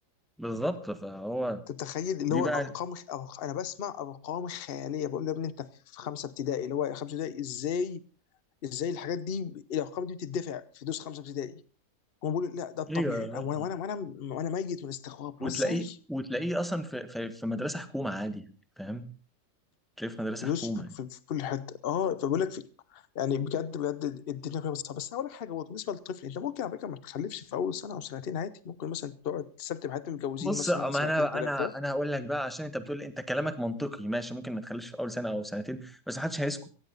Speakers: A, in the centre; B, on the left.
A: بالظبط فهو
B: انت متخيل اللي
A: دي
B: هو
A: بقى
B: ارقام خ- أرق- انا بسمع ارقام خياليه بقول له يا ابني انت في خمسه ابتدائي اللي هو خمسه ابتدائي ازاي ازاي الحاجات دي الارقام دي بتدفع في دروس خمسه ابتدائي هم بيقولوا لا ده الطبيعي
A: ايوه
B: أنا- وانا وانا وانا وانا ميت من الاستغراب
A: وتلاقيه
B: هو ازاي
A: وتلاقيه اصلا في في, في مدرسه حكومه عادي يعني فاهم تلاقيه في مدرسه
B: فلوس
A: حكومه
B: في,
A: يعني.
B: في, في كل حته اه فبقول لك في يعني بجد بجد الدنيا كلها بتصعب بس أنا اقول لك حاجه برضه بالنسبه للطفل انت ممكن على فكره ما تخلفش في اول سنه او سنتين عادي ممكن مثلا تقعد تثبت بحياتهم متجوزين
A: بص
B: مثلا
A: ما
B: سنتين
A: انا
B: ثلاثه
A: انا انا هقول لك بقى عشان انت بتقول انت كلامك منطقي ماشي ممكن ما تخليش في اول سنه او سنتين بس محدش هيسكت